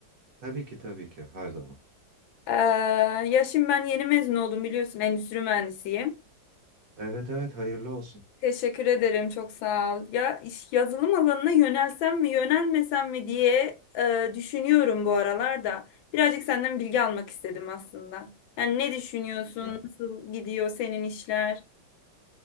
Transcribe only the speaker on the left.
Ee, ya şimdi ben yeni mezun oldum biliyorsun, endüstri mühendisiyim.
Teşekkür ederim, çok sağ ol. Ya iş yazılım alanına yönelsem mi, yönelmesem mi diye e, düşünüyorum bu aralarda. Birazcık senden bilgi almak istedim aslında. Yani ne düşünüyorsun,
nasıl gidiyor senin işler?